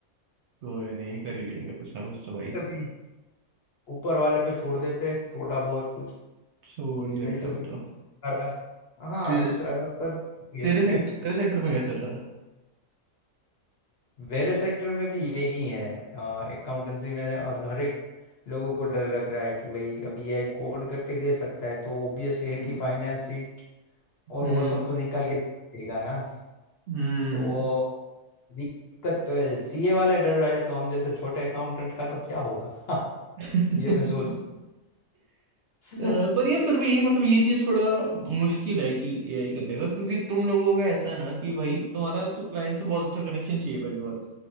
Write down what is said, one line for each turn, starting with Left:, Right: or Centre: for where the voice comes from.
Right: कोई नहीं कर ही लेंगे कुछ ना कुछ तो भाई
Left: अभी ऊपर वाले पे छोड़ देते हैं थोड़ा बहुत कुछ
Right: छोड़ ही
Left: नहीं
Right: रखा
Left: तो
Right: है अब
Left: फिर
Right: तो
Left: दूसरा रास्ता हाँ
Right: ते,
Left: दूसरा रास्ता देखेंगे
Right: तेरे सेक्टर
Left: <laughs>
Right: तेरे सेक्टर में क्या चल रहा है
Left: मेरे सेक्टर में भी यही है अकाउंटेंसी में और हर एक लोगों को डर लग रहा है कि भाई अभी एआई कोड करके दे सकता है तो ऑब्वियसली
Right: हम्म
Left: है कि फाइनेंस शीट और
Right: हम्म
Left: वो सब तो निकाल के देगा ना
Right: हम्म।
Left: तो दिक्कत तो है सीए वाले डर रहे हैं तो हम जैसे छोटे अकाउंटेंट का तो क्या होगा <laughs>
Right: <laughs>
Left: ये मैं सोच <laughs>
Right: अ, पर ये फिर भी मतलब ये चीज थोड़ा मुश्किल है कि एआई कर लेगा क्योंकि तुम लोगों का ऐसा है ना कि भाई तुम्हारा तो क्लाइंट से बहुत अच्छा कनेक्शन चाहिए पहली बात